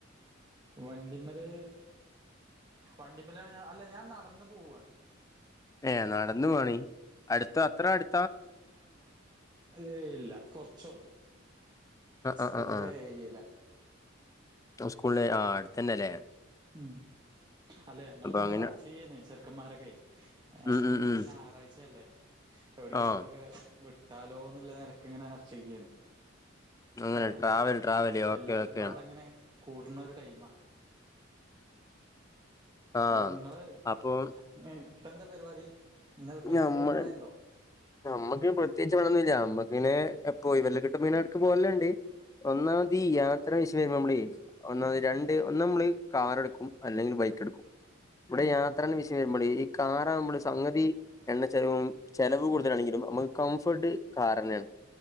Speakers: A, on the right; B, on the left.
A: വണ്ടിമ്മര് വണ്ടിമ്മലാണ് ഞാൻ അല്ല ഞാൻ നടന്ന് പോവാണ്
B: ഏഹ് നടന്നു പോവാണി. അടുത്താ അത്ര അട്
A: ഏയ് ല്ല കൊർച്ചൊള്ളൂ.
B: ആഹ്
A: സ്കൂളിന്റെ
B: ആഹ് ആഹ്
A: ഏരിയേലാ
B: സ്കൂൾലേ ആഹ് അടുത്തന്നെ ലേ.
A: ഉം അല്ലെ ഞങ്ങളിങ്ങനെ
B: അങ്ങനെ
A: ചർച്ച ചെയ്യ്നേ ചെറുക്കന്മാരൊക്കെ. ഏഹ്
B: ഉം ഉം
A: ഇന്ന്
B: ഉം
A: പ്പോ ഞായറാഴ്ചയല്ലേ. എവിടക്കെങ്കിലും
B: ആഹ്
A: ഒക്കെ വിട്ടാലോന്ന് ല്ല നെലക്ക് ഇങ്ങനെ ചർച്ചെയ്യേന്നു.
B: അങ്ങനെ
A: ഏഹ്
B: ട്രാവൽ ട്രാവല് ഓക്കെ
A: എല്ലാരുംപാടെങ്ങനെ
B: ഓക്കെ
A: കൂട്ണ ഒരു ടൈമാ.
B: ആഹ്
A: അപ്പൊ ഇങ്ങള്
B: അപ്പൊ
A: <unintelligible> ഇപ്പ എന്താ പരിപാടി? ഇന്ന് എവിടക്കെങ്കിലും
B: ഞമ്മൾ
A: പോവാൻ പ്ലാൻ ഉണ്ടോ
B: നമ്മക്കി പ്രത്യേകിച്ച് പണി ഒന്നും ഇല്ല പിന്നെ എപ്പോ ഒഴിവ് അല്ലെ കെട്ടും മീനാട്ട്ക്ക് പോവെൽ ഇണ്ട് ഒന്നാമത് ഈ യാത്ര വിഷയം വെരുമ്പം നമ്മളെ ഒന്നാമത് രണ്ട് ഒന്ന് അമ്മൾ കാർ എട്ക്കും അല്ലെങ്കിൽ ബൈക്ക് എട്ക്കും ഇവിടെ യാത്ര എന്ന വിഷയം വെരുമ്പളെ ഈ കാറാ ആവുമ്പെൾ സംഗതി എണ്ണ ചെലവും ചെലവ് കൂടുതലാണെങ്കിലും അമ്മക്ക് കംഫോർട്ട് കാറെന്നെയാണ്